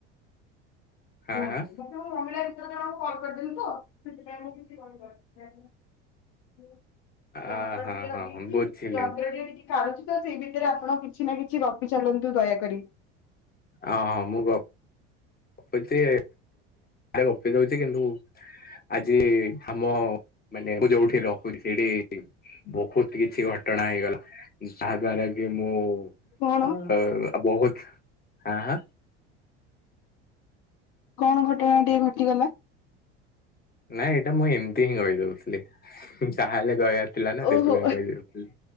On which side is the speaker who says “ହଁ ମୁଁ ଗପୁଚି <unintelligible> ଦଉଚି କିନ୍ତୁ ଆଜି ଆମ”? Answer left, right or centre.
Left